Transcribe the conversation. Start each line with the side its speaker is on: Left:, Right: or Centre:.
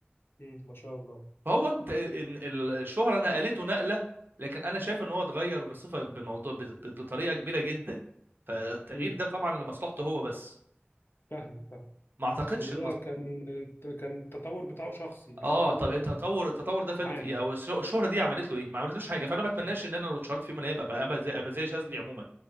Left: مم. ما شاء الله
Right: فهو انت إن ال- الشهرة نقلته نقلة لكن انا شايف ان هو اتغير بصفة بموضوع بط- بطريقة كبيرة جدا فالتغيير
Left: مم.
Right: ده طبعا لمصلحته هو بس
Left: فاهم فاهم
Right: ما اعتقدش
Left: اللي هو كان كان التطور بتاعه شخصي مش
Right: اه
Left: تطور
Right: طب التطور التطور ده فاده
Left: عام
Right: في ايه او الش- الشهره دي عملت له ايه ما عملتلوش حاجه فانا ما
Left: مم.
Right: اتمناش ان انا لو اتشهرت في يوم من الايام ابقى ابقى زي ابقى زي شاذلي عموما